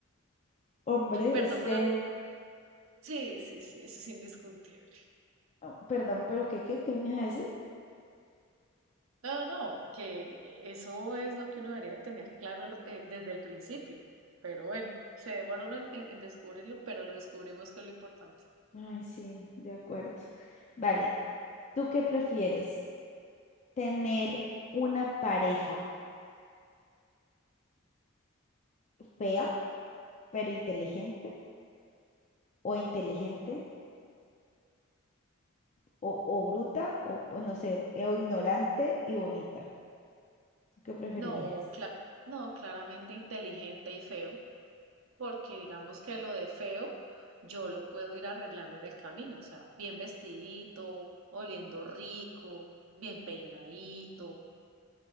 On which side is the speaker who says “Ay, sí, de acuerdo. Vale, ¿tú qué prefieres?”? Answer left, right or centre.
Left